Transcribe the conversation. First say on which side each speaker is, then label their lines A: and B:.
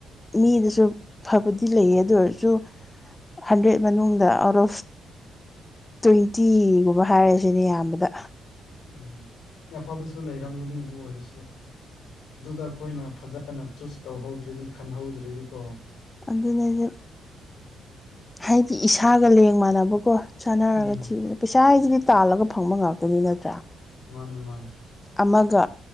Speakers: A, on the left; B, on the left.
A: ꯃꯤꯗꯁꯨ ꯐꯕꯗꯤ ꯂꯩꯌꯦ ꯑꯗꯨ ꯑꯣꯏꯔꯁꯨ ꯍꯟꯗ꯭ꯔꯦꯠ ꯃꯅꯨꯡꯗ ꯑꯥꯎꯠ ꯑꯣꯐ ꯇ꯭ꯋꯦꯟꯇꯤꯒꯨꯝꯕ ꯍꯥꯏꯔꯖꯤꯅꯦ ꯌꯥꯝꯕꯗ
B: ꯎꯝ ꯌꯥꯐꯕꯁꯨ ꯂꯩꯔꯝꯒꯅꯤ ꯑꯗꯨ ꯑꯣꯏꯔꯁꯨ ꯗꯨꯗ ꯈꯣꯏꯅ ꯐꯖꯅ ꯆꯨꯁ ꯇꯧꯍꯧꯗ꯭ꯔꯗꯤ ꯈꯟꯍꯧꯗ꯭ꯔꯗꯤꯀꯣ
A: ꯑꯗꯨꯅꯦꯗꯨ ꯍꯥꯏꯗꯤ ꯏꯁꯥꯒ ꯂꯦꯡ ꯃꯥꯟꯅꯕꯀꯣ ꯁꯥꯟꯅꯔꯒ
B: ꯎꯝ
A: ꯊꯤꯕꯗ ꯄꯩꯁꯥ ꯍꯥꯏꯖꯤꯗꯤ ꯇꯥꯜꯂꯒ ꯐꯪꯕ ꯉꯥꯛꯇꯅꯤ ꯅꯠꯇ꯭ꯔꯥ
B: ꯃꯥꯅꯦ ꯃꯥꯅꯦ
A: ꯑꯃꯒ